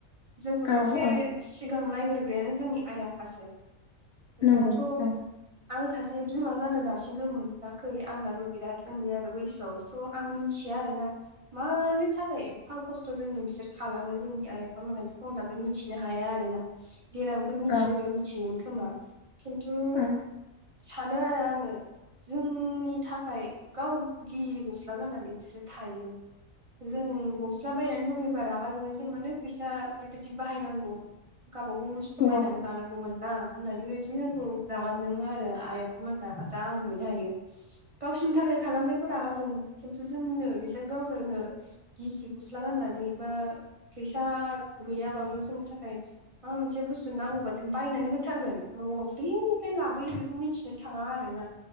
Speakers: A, on the right (about 25°); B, on the left (about 65°).
A: जोंखौ
B: औ
A: सबसे
B: औ
A: सिगां नायग्रोग्रायानो जोंनि आइ आफासो ओमबाथ'
B: नंगौ औ
A: आं सासे बिमा जानो दासिमबो मोनाखै आंनाबो बिराद उन्दै आरो बैसोआव स' आं मिथिया आरोना मानो थाखाय एफा खस्थ' जोंनो बिसोर खालामो जोंनि आइ आफाोनहा बेखौ आं दाबो मिथिनो हाया आरोना देलांफोर मिथिबायबा
B: औ
A: मिथिगोन खोमा खिन्थु
B: औ
A: सानो आरो आं ङो जोंनि थाखाय गाव गिजि गस्ला गाननानै फिसोर थायो जों गस्ला बायनानै होफैबा रागा जोंयोसो मानो फैसा बेबायदि बाहायनांगौ गावबा गाव बुस्थु
B: नंगौ
A: बायनानै लानांगौमोन ना होननानै बे बायदि जोंखौ रागा जोङो आरो आइ आफा दा आं नुनो हायो। गावसोरनि थाखाय खालामनायखौ रागा जोङो। खिन्थु जोंनो बिसोर गावसोरनो गिजि गस्ला गाननानै बा फैसा गैयाबाबो जोंनि थाखाय माबा मोनसे बुस्थु नांगौबाथो बायनानै होथारगोन बबेनिफ्राय लाबोयो बेखौ मिथिनो मो थाङा आरोना